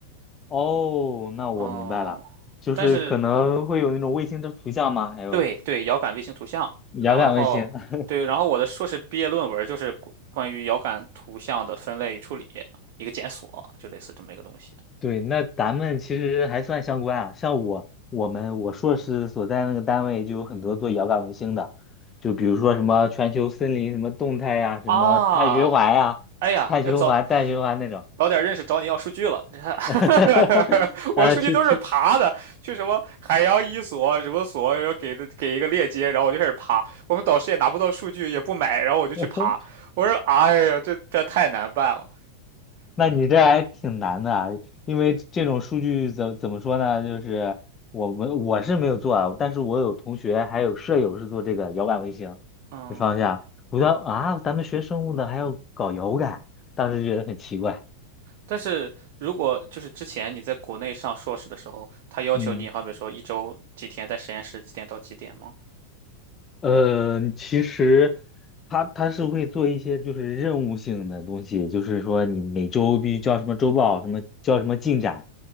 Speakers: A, on the left; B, on the right.
A: 哦，那我明白了，
B: 嗯，
A: 就是可能会有那种卫星的图像吗？
B: 但是
A: 还有
B: 对对，遥感卫星图像，
A: 遥感卫星。
B: 然后对，
A: <laughs>
B: 然后我的硕士毕业论文就是关关于遥感图像的分类与处理，一个检索，就类似这么一个东西
A: 对，那咱们其实还算相关啊。像我，我们我硕士所在那个单位就有很多做遥感卫星的，就比如说什么全球森林什么动态呀、什么碳循环呀、
B: 啊。哎呀，
A: 碳循环、
B: 要早
A: 氮循环那种。
B: 早点认识找你要数据了。<laughs>
A: <laughs> 呃，
B: 我数据都是爬的，
A: 去去，
B: 去什么海洋一所什么所，然后给的给一个链接，然后我就开始爬。我们导师也拿不到数据，也不买，然后我就去爬。
A: <laughs>
B: 我说，哎呀，这这太难办了。
A: 那你这还挺难的啊，因为这种数据怎怎么说呢？就是我们我是没有做啊，但是我有同学还有舍友是做这个遥感卫星
B: 嗯，
A: 这方向。我说啊，咱们学生物的还要搞遥感，当时觉得很奇怪。
B: 但是如果就是之前你在国内上硕士的时候，他要求你，
A: 嗯。
B: 好比说一周几天在实验室，几点到几点吗？
A: 呃，其实他他是会做一些就是任务性的东西，就是说你每周必须交什么周报，什么交什么进展，